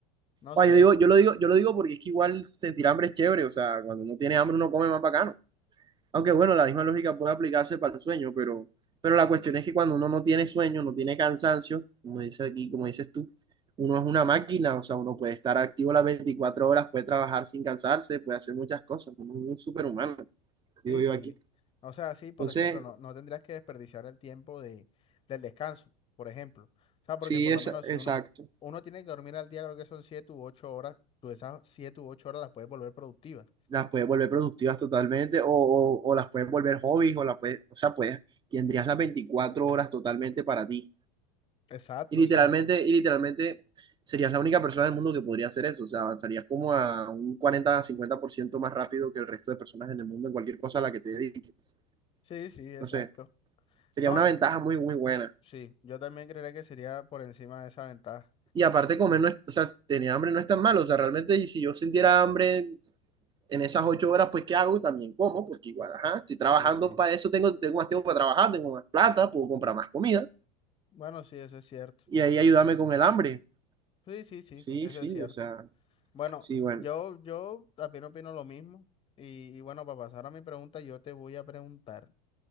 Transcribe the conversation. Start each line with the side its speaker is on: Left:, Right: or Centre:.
Left: no
Right: Ah,
Left: sé.
Right: yo digo, yo lo digo, yo lo digo porque es que igual sentir hambre es chévere, o sea, cuando uno tiene hambre uno come más bacano. Aunque bueno, la misma lógica puede aplicarse para el sueño, pero, pero la cuestión es que cuando uno no tiene sueño, no tiene cansancio, como dice aquí, como dices tú, uno es una máquina, o sea, uno puede estar activo las 24 horas, puede trabajar sin cansarse, puede hacer muchas cosas, uno es un superhumano, digo
Left: Sí,
Right: yo
Left: sí.
Right: aquí.
Left: O sea, sí, por
Right: Entonces,
Left: ejemplo, no, no tendrías que desperdiciar el tiempo de, del descanso, por ejemplo. O sea, porque
Right: sí,
Left: por
Right: es
Left: lo menos
Right: exacto.
Left: si uno, uno tiene que dormir al día, creo que son siete u ocho horas, tú esas siete u ocho horas las puedes volver productivas.
Right: Las puedes volver productivas totalmente, o, o, o las puedes volver hobbies, o las puedes, o sea, puedes, tendrías las 24 horas totalmente para ti.
Left: Exacto,
Right: Y literalmente,
Left: o sea.
Right: y literalmente serías la única persona del mundo que podría hacer eso. O sea, avanzarías como a un cuarenta cincuenta por ciento más rápido que el resto de personas en el mundo en cualquier cosa a la que te dediques.
Left: Sí, sí, exacto.
Right: No sé, sería
Left: No,
Right: una
Left: y-
Right: ventaja muy, muy buena.
Left: sí, yo también creería que sería por encima de esa ventaja.
Right: Y aparte comer, no es- o sea, tener hambre no es tan malo. O sea, realmente y si yo sintiera hambre en esas ocho horas, pues ¿qué hago? También como, porque igual, ajá, estoy trabajando
Left: Sí, sí.
Right: para eso, tengo, tengo más tiempo para trabajar, tengo más plata, puedo comprar más comida.
Left: Bueno, sí, eso es cierto.
Right: Y ahí ayúdame
Left: Eso es cierto.
Right: con el hambre.
Left: Sí, sí, sí,
Right: Sí,
Left: eso
Right: sí,
Left: es cierto.
Right: o sea,
Left: Bueno,
Right: sí, bueno.
Left: yo, yo también opino lo mismo. Y, y bueno, para pasar a mi pregunta, yo te voy a preguntar,